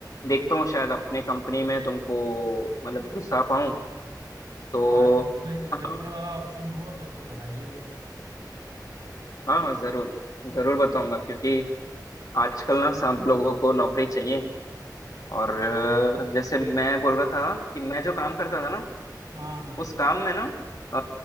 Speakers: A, on the left; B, on the right.
A: देखता हूँ शायद अपने कंपनी में तुमको मतलब घुसा पाऊँ तो
B: हाँ रे- कोई
A: हाँ
B: रेफर वाला ऑप्शन हो अगर तो बताइए भैया
A: हाँ जरूर जरूर बताऊंगा क्योंकि आजकल ना सब लोगों को नौकरी चाहिए और
B: हाँ हाँ
A: अ, जैसे मैं बोल रहा था कि मैं जो काम करता था ना
B: हाँ
A: उस काम में ना अ,